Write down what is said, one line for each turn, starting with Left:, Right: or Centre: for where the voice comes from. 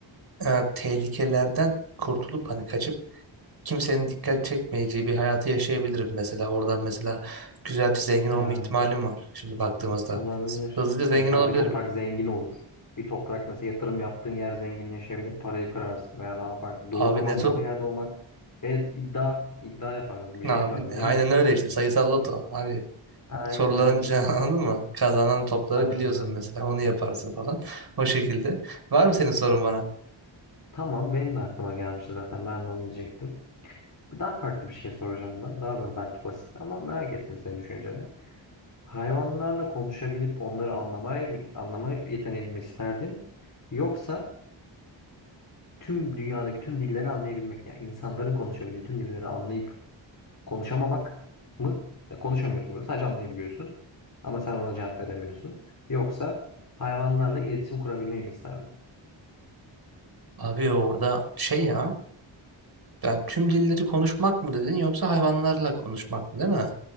Right: e, tehlikelerden kurtulup hani kaçıp kimsenin dikkat çekmeyeceği bir hayatı yaşayabilirim mesela. Oradan mesela güzelce zengin olma
Left: evet.
Right: ihtimalim var şimdi baktığımızda.
Left: Olabilir.
Right: Hızlıca zengin
Left: Mesela
Right: olabilirim.
Left: bir toprak zengin olur. Bir toprak mesela yatırım yaptığın yer zenginleşebilir. Parayı kırarsın veya daha farklı.
Right: Abi
Left: Doğru zaman
Right: ne to...
Left: doğru yerde olmak ve iddia iddia yaparız. Bir şey
Right: Abi
Left: yaparız. Ne
Right: aynen
Left: bileyim.
Right: öyle işte sayısal loto. Abi
Left: Aynen
Right: soruların
Left: aynen.
Right: cevabı <laughs> anladın mı? Kazanan topları
Left: Anladım.
Right: biliyorsun mesela onu yaparsın falan. O şekilde. Var mı senin sorun bana?
Left: Tamam benim de aklıma gelmişti zaten ben de onu diyecektim. Daha farklı bir şey soracağım ben. Daha böyle belki basit ama merak ettim senin düşünceni. Hayvanlarla konuşabilip onları anlamaya, anlama yeteneğini mi isterdin? Yoksa tüm dünyadaki tüm dilleri anlayabilmek yani insanların konuşabildiği tüm dilleri anlayıp konuşamamak mı? E, konuşamıyorsun burada sadece anlayabiliyorsun ama sen ona cevap veremiyorsun. Yoksa hayvanlarla iletişim kurabilmeyi mi isterdin?
Right: Abi orada şey ya ben tüm dilleri konuşmak mı dedin yoksa hayvanlarla konuşmak mı değil mi?